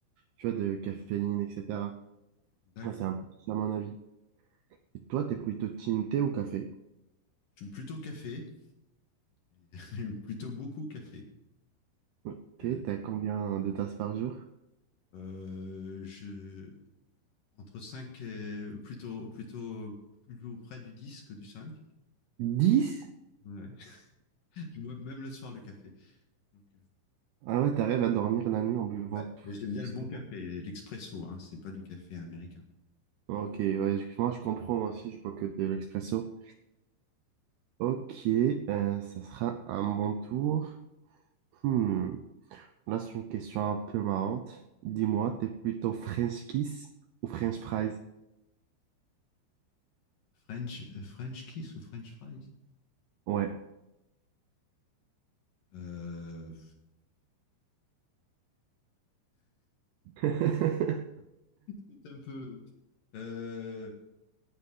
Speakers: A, on the right; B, on the left.
A: tu vois, de caféine, etc.
B: D'accord.
A: Ouais, C'est un peu ça mon avis. Et toi, t'es plutôt team thé ou café?
B: Je suis plutôt café, <laughs> plutôt beaucoup café.
A: Ok,
B: Euh,
A: t'as combien de tasses par jour?
B: Euh, je, entre 5 et plutôt, plutôt plus près du 10 que du 5.
A: Dix
B: Ouais. <laughs> Je bois même le soir le café. Donc, euh,
A: Ah ouais, t'arrives à dormir la nuit en buvant
B: ouais,
A: tout,
B: mais
A: tout
B: j'aime bien le
A: ce
B: bon
A: que-
B: café, l'expresso, hein, c'est pas du café américain.
A: Ok, ouais, je- moi je comprends, moi aussi, je bois que de l'expresso. Ok, euh, ça sera un bon tour. Hmm, Là, c'est une question un peu marrante. Dis-moi, t'es plutôt French kiss ou French fries?
B: French, euh, French kiss ou French fries
A: Ouais.
B: euh,
A: <laughs>
B: C'est un peu. Euh,